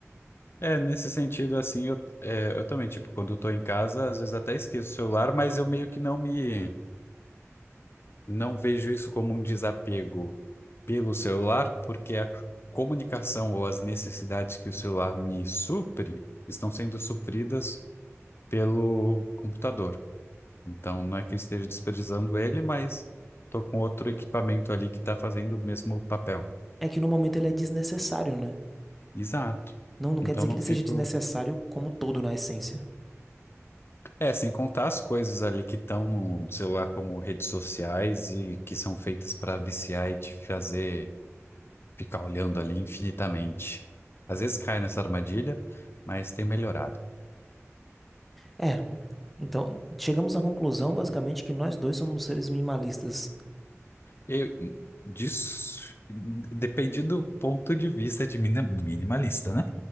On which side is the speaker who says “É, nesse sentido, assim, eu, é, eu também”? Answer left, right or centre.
Left